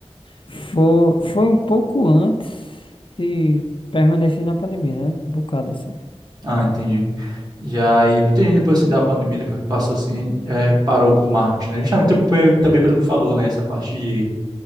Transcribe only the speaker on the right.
Ah, entendi. Já e muita gente depois assim da pandemia, depois que passou assim, eh, parou com o marketing, né? Justamente também, também pelo que falou, né? Essa parte de,